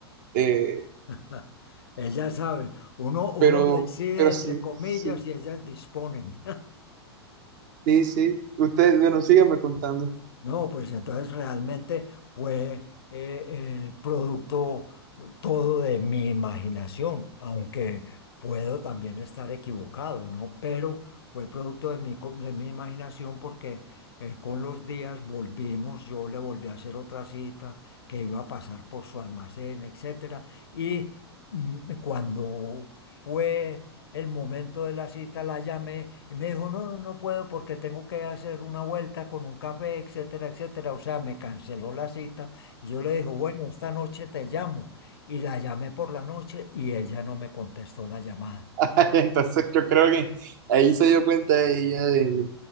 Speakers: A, on the right (about 45°); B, on the left (about 65°).
A: Eh,
B: <laughs> Ellas saben, uno, uno
A: Pero,
B: decide
A: pero
B: entre
A: sí,
B: comillas
A: sí,
B: y ellas disponen.
A: sí, sí. Usted, bueno, sígame contando.
B: No, pues entonces realmente fue eh, el producto todo de mi imaginación, aunque puedo también estar equivocado, ¿no? Pero fue producto de mi, co- de mi imaginación porque eh, con los días volvimos, yo le volví a hacer otra cita que iba a pasar por su almacén, etcétera. Y mm, cuando fue el momento de la cita, la llamé y me dijo, no, no, no puedo porque tengo que hacer una vuelta con un café, etcétera, etcétera. O sea, me canceló la cita y yo le dije, bueno, esta noche te llamo. Y la llamé por la noche y ella no me contestó la llamada.
A: <laughs> Entonces yo creo que ahí se dio cuenta ella de,